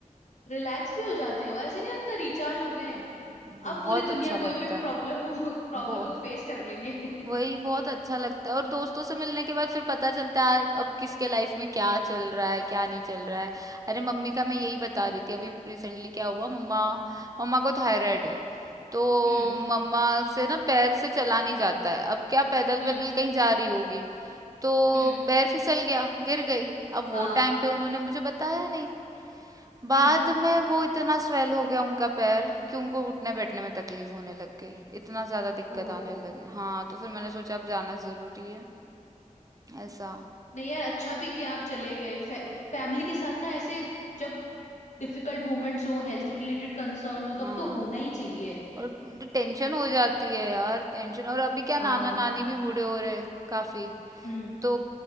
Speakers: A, on the left (about 60°); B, on the right (about 25°).
A: रिलैक्स भी हो जाते हैं और ऐसे नहीं लगता रिचार्ज हो गए हैं
B: बहुत
A: अब पूरी
B: अच्छा
A: दुनिया
B: लगता
A: कोई भी
B: है
A: प्रॉब्लम हो प्रॉब्लम
B: वो
A: वो फेस कर लेंगे <laughs>
B: वही बहुत अच्छा लगता है और दोस्तों से मिलने के बाद फिर पता चलता है अब किसके लाइफ में क्या चल रहा है क्या नहीं चल रहा है अरे मम्मी का मैं यही बता रही थी अभी रिसेंटली क्या हुआ मम्मा मम्मा को थायराइड है तो
A: हम्म
B: मम्मा से ना पैर से चला नहीं जाता है अब क्या पैदल
A: हम्म
B: पैदल कहीं जा रही होगी तो
A: हम्म
B: पैर फिसल गया गिर गई अब वो
A: हाँ
B: टाइम पे उन्होंने मुझे बताया नहीं बाद
A: हम्म
B: में वो इतना स्वेल हो गया उनका पैर कि उनको उठने बैठने में तकलीफ होने लग गई इतना ज्यादा दिक्कत
A: ओहो
B: आने लगे हाँ तो फिर मैंने सोचा अब जाना जरूरी है ऐसा
A: नहीं यार अच्छा भी किया आप चले गए फै, फैमिली के साथ ना ऐसे जब डिफिकल्ट मोमेंट्स हो हेल्थ रिलेटेड कंसर्न हो
B: हाँ
A: तब तो होना ही चाहिए
B: और टेंशन हो जाती है यार टेंशन और अभी क्या
A: हाँ
B: नाना नानी भी बूढ़े हो रहे हैं काफी
A: हम्म
B: तो